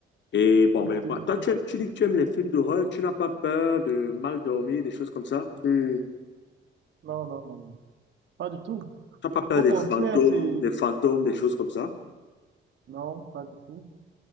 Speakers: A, on the left; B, on the right.
A: Et bon,
B: Je
A: mais
B: dirais-
A: moi- toi, tu, aimes- tu dis que tu aimes les films d'horreur, tu n'as pas peur de mal dormir, des choses comme ça? Tu
B: Non, non, non, non, pas du tout.
A: n'as pas peur
B: Au
A: des
B: contraire,
A: fantômes,
B: c'est,
A: des fantômes, des choses comme ça?
B: non, pas du tout.